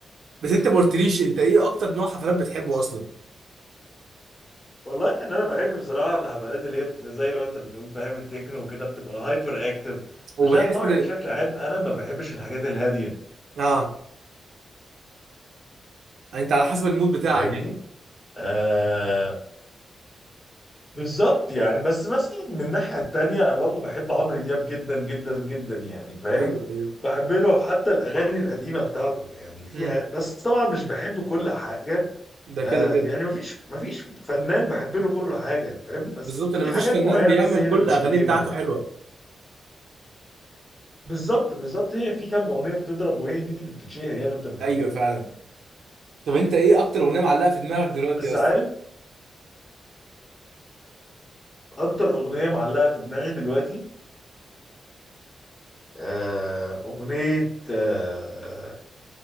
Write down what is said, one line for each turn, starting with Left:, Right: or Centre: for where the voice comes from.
Right: بس انت ما قلتليش انت ايه اكتر نوع حفلات بتحبه اصلا
Left: والله ان انا بحب بصراحه الحفلات اللي هي بتبقى زي ما انت بتقول فاهم التكنو وكده بتبقى هايبر اكتف
Right: وبتحس
Left: عشان طبعي
Right: ان
Left: بشكل عام انا ما بحبش الحاجات الهاديه
Right: اه انت على حسب المود بتاعك
Left: فاهمني؟
Right: يعني
Left: آه، بالظبط يعني بس مثلا من ناحية تانية أنا برضو بحب عمرو دياب جدا جدا جدا يعني فاهم
Right: ايوه ايوه
Left: بحب له حتى الأغاني القديمة بتاعته يعني في
Right: امم
Left: أ- بس طبعا مش بحب كل حاجة
Right: ده
Left: آه
Right: كده كده
Left: يعني مفيش مفيش فنان بحب له كل حاجة فاهم بس
Right: بالظبط
Left: في
Right: انا ما فيش
Left: حاجات
Right: فنان
Left: معينة
Right: بيعمل
Left: بس هي
Right: كل
Left: اللي بتشدني
Right: الاغاني بتاعته
Left: يعني
Right: حلوه
Left: بالظبط بالظبط هي في كام أغنية بتضرب وهي دي اللي بتتشهر يعني أنت بتحبها
Right: ايوه فعلا طب انت ايه اكتر اغنيه معلقه في دماغك دلوقتي
Left: بس
Right: اصلا
Left: عارف أكتر أغنية معلقة في دماغي دلوقتي آه أغنية آه